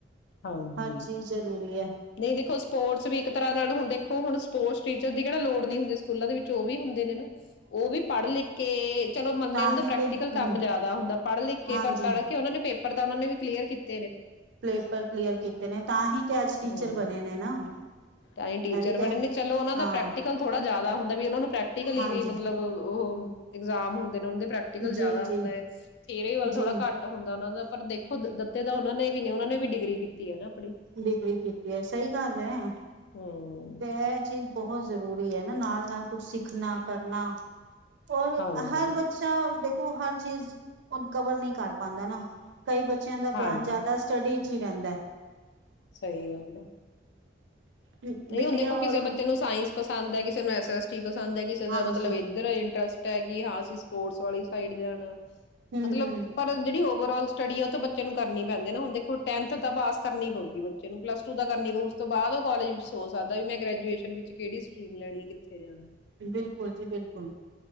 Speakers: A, on the left; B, on the right.
A: ਹਾਂਜੀ।
B: ਹਰ ਚੀਜ ਜ਼ਰੂਰੀ ਏ
A: ਨਹੀਂ ਦੇਖੋ ਸਪੋਰਟਸ ਵੀ ਇੱਕ ਤਰ੍ਹਾਂ ਨਾਲ ਹੁਣ ਦੇਖੋ ਹੁਣ ਸਪੋਰਟਸ ਟੀਚਰ ਦੀ ਕਿਹੜਾ ਲੋੜ ਨਹੀਂ ਹੁੰਦੀ ਸਕੂਲਾ ਦੇ ਵਿੱਚ ਉਹ ਵੀ ਹੁੰਦੇ ਨੇ ਨਾ ਉਹ ਵੀ ਪੜ੍ਹ ਲਿਖ ਕੇ ਚਲੋ ਮੰਨਿਆ
B: ਤਾਂ
A: ਉਹ ਦਾ
B: ਹੀ
A: ਪ੍ਰੈਕਟੀਕਲ
B: ਤੇ ਹਮ
A: ਕੰਮ ਜ਼ਿਆਦਾ ਹੁੰਦਾ ਪੜ੍ਹ ਲਿਖ ਕੇ
B: ਹਾਂਜੀ
A: ਪਰ ਪੜ੍ਹ ਕੇ ਉਹਨਾਂ ਨੇ ਪੇਪਰ ਪੇਪਰ ਉਨਾ ਨੇ ਵੀ ਕਲੀਅਰ ਕੀਤਾ
B: ਪੇਪਰ ਕਲੀਅਰ ਕੀਤੇ ਨੇ ਤਾਂ ਹੀ ਤੇ ਅੱਜ ਟੀਚਰ
A: ਹੂੰ
B: ਬਣੇ ਨੇ ਨਾ
A: ਤਾਂ ਹੀ
B: ਇਹ
A: ਟੀਚਰ
B: ਵੀ ਤੇ
A: ਬੜੇ ਨੇ ਚਲੋ ਉਹਨਾਂ ਦਾ
B: ਹਾਂ
A: ਪ੍ਰੈਕਟੀਕਲ ਥੋੜਾ ਜਿਆਦਾ ਹੁੰਦਾ ਵੀ ਉਹਨਾਂ ਨੂੰ ਪ੍ਰੈਕਟੀਕਲੀ
B: ਹਾਂਜੀ
A: ਵੀ ਮਤਲਬ ਉਹ <unintelligible> ਹੂੰ ਐਗਜਾਮ ਜਿਹੜੇ ਹੁੰਦੇ ਪ੍ਰੈਕਟੀਕਲ
B: ਜੀ
A: ਜਿਆਦਾ ਹੁੰਦਾ
B: ਜੀ
A: ਐ ਥਿਉਰੀ ਵੱਲ ਥੋੜਾ
B: ਜੀ
A: ਘੱਟ ਹੁੰਦਾ ਉਹਨਾਂ ਦਾ ਪਰ ਦੇਖੋ ਦ ਦਿੱਤੇ ਤਾਂ ਉਹਨਾਂ ਨੇ ਵੀ ਨੇ, ਉਹਨਾਂ ਨੇ ਵੀ ਡਿਗਰੀ ਕੀਤੀ ਏ ਨਾ ਆਪਣੀ
B: ਡਿਗਰੀ ਕੀਤੀ ਤੇ ਇਹ ਸਹੀ ਗੱਲ ਐ
A: ਹਮ
B: ਚੀਜ਼ ਬਹੁਤ ਜ਼ਰੂਰੀ ਹੈ ਨਾ ਨਾਲ ਨਾਲ ਕੁਛ ਸਿੱਖਣਾ ਕਰਨਾ ਔਰ
A: ਹਾਂਜੀ
B: ਹਰ ਬੱਚਾ ਉਹ ਹਰ ਚੀਜ਼ <unintelligible> ਕਵਰ ਨਹੀਂ ਕਰ ਪਾਂਦਾ ਨਾ। ਕਈ ਬੱਚਿਆਂ ਦਾ ਪਿਆਨ
A: ਹਾਂਜੀ
B: ਜ਼ਿਆਦਾ ਸਟੱਡੀ ਚਿ ਰੈਂਦਾ
A: ਸਹੀ ਗੱਲ ਐ
B: ਬਿਟੀਆਂ
A: ਨਹੀਂ ਹੁੰਦੀ ਖੁਸ਼ੀ,
B: ਔਰ
A: ਕਿਉਂਕਿ ਤੈਨੂੰ ਸਾਇੰਸ ਪਸੰਦ ਹੈ ।ਕਿਸੇ ਨੂੰ ਸਸ <unintelligible> ਪਸੰਦ ਹੈ, ਕਿਸੇ ਦਾ
B: ਹਾਂਜੀ
A: ਮਤਲਬ ਇੱਧਰ ਐ ਇੰਟਰਸਟ ਟੈਗੀ ਹਾਂ ਅਸੀਂ ਸਪੋਰਟਸ ਵਾਲੀ ਸਾਈਡ ਜਾਣਾ।
B: ਹੂੰ-ਹੂੰ
A: ਮਤਲਬ ਪਰ ਜਿਹੜੀ ਹੋਵੋ। ਸੈਲਫ ਸਟੱਡੀ ਉਹ ਤਾਂ ਬੱਚੇ ਨੂੰ ਕਰਨੀ ਪੈਂਦੀ ਹੈ ਹੁਣ ਦੇਖੋ ਟੈਂਨਥ ਤਾਂ ਪਾਸ ਕਰਨੀ ਪਊਗੀ ਜਿਨੂੰ ਪਲੱਸ ਟੂ ਤਾਂ ਕਰਨੀ ਪਊ ਉਸ ਤੋਂ ਬਾਅਦ ਕਾੱਲੇਜ ਵਿਚ ਸੋਚ ਸਕਦਾ ਵੀ ਮੈਂ ਗ੍ਰੈਜੂਏਸ਼ਨ ਵਿੱਚ ਕਿਹੜੀ ਸਟਰੀਮ ਲੈਣੀ ਹੈ। ਕਿੱਥੇ ਜਾਣਾ
B: ਬਿਲਕੁਲ ਜੀ ਬਿਲਕੁਲ